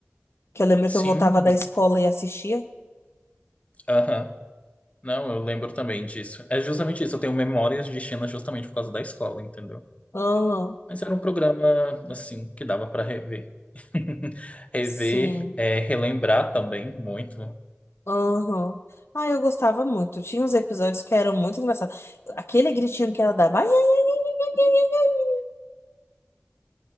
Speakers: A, on the left; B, on the left.
A: Que eu lembro
B: Sim,
A: que eu voltava da escola e assistia.
B: aham. Não, eu lembro também disso. É justamente isso, eu tenho memórias de China justamente por causa da escola, entendeu?
A: Aham,
B: Mas era um programa, assim, que dava para rever. <laughs> Rever,
A: sim.
B: é, relembrar também muito.
A: Aham. Ah, eu gostava muito. Tinha uns episódios que eram muito engraçados. Aquele gritinho que ela dava. Ai, ai, ai, ai, ai, ai, ai. Ai,